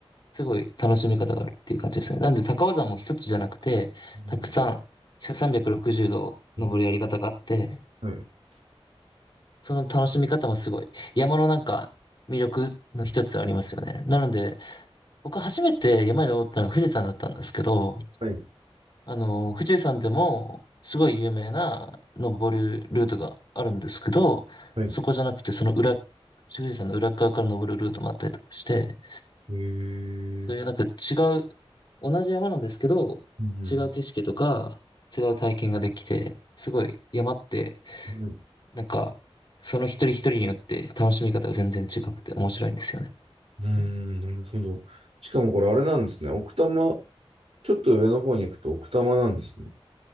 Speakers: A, on the left; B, on the right.
A: すごい楽しみ方があるっていう感じですね。なんで高尾山も一つじゃなくて、
B: うん
A: たくさん360度登るやり方があって、
B: はい。
A: その楽しみ方もすごい、山のなんか魅力の一つありますよね。なので、僕初めて山に登ったのが富士山だったんですけど、
B: はい。
A: あの、富士山でもすごい有名な登るルートがあるんですけど、
B: はい。
A: そこじゃなくてその裏、富士山の裏側から登るルートもあったりとかして、
B: ええ
A: そういうなんか違
B: ー。
A: う、同じ山なんですけど、
B: うん。
A: 違う景色とか違う体験ができて、すごい山って、
B: はい。う
A: なんか、その一人一人によって楽しみ方が全然違くて面白いんですよね。
B: ーん、なるほど。しかもこれあれなんですね。奥多摩、ちょっと上の方に行くと奥多摩なんですね。